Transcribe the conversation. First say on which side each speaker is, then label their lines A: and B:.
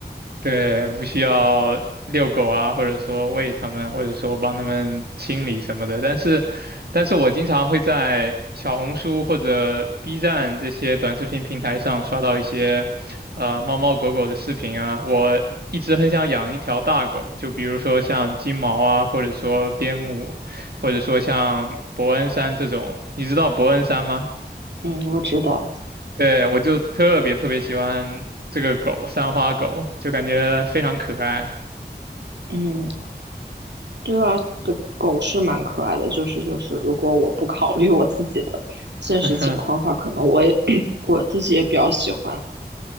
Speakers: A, on the right (about 65°); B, on the right (about 90°).
A: 对，不需要遛狗啊，或者说喂它们，或者说帮它们清理什么的。但是，但是我经常会在小红书或者 B 站这些短视频平台上刷到一些，呃，猫猫狗狗的视频啊。我一直很想养一条大狗，就比如说像金毛啊，或者说边牧，或者说像伯恩山这种。你知道伯恩山吗？
B: 嗯，我知道。
A: 对，我就特别特别喜欢这个狗，三花狗，就感觉非常可爱。
B: 嗯，对啊，狗狗是蛮可爱的，就是就是，如果我不考虑我自己的现实情况的话，
A: <laughs>
B: 可能我也 <clears throat> 我自己也比较喜欢。